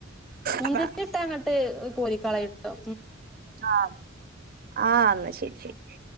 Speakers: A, in the centre; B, on the right.
A: മുന്തിരി
B: അപ്പ
A: ഇട്ട് അങ്ങോട്ട് കോരികളയിട്ടോ
B: ആ ആന്ന ശരി ശരി